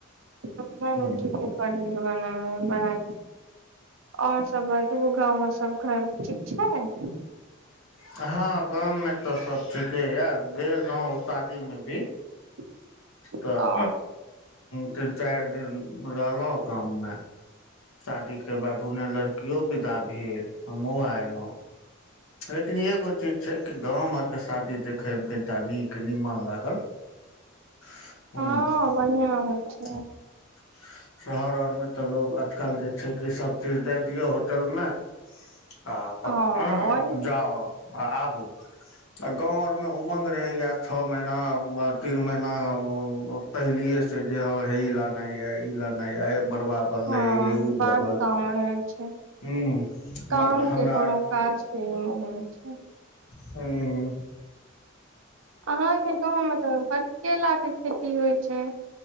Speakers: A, on the right; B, on the left.
A: ह्म
B: हूँ
A: ठीके कहलिये पल बना ओर सभ बाजू गाँवमे सभ घर ठीक छै।
B: हँ, गाममे तऽ सभ ठीके यऽ गेल रहु शादीमे भी
A: <inaudible>
B: तऽ
A: ओ
B: तीन चारि दिन रहलहुँ गाममे शादीके बाद उन्ने लड़कियो विदा भेल हमहुं एलहु लेकिन एगो चीज छै। कि गाम आरके शादी देखयमे केतेक नीक निमन लागल। हू
A: हँ
B: <unintelligible>
A: बढ़िया होइ छै
B: शहर ओरमे तऽ लोक आजकल जे छै कि सभ चीज दए दियौ होटलमे। आ अपन
A: ओ वही
B: जाउ आबू। आ गाँव आरमे उमंग रहैआ छओ महीना तीन महीना पहिलियेसे जे हे ई लानइ ये इ लाना ये आ मड़बा। बनले
A: हँ
B: हे उ
A: बड़
B: बनल
A: काम रहै छै।
B: हूं
A: काम
B: मर हमरा
A: के कोनो काज <unintelligible>
B: हूँ
A: अहाँकेँ गाँवमे तऽ बट केला के खेती होइ छै?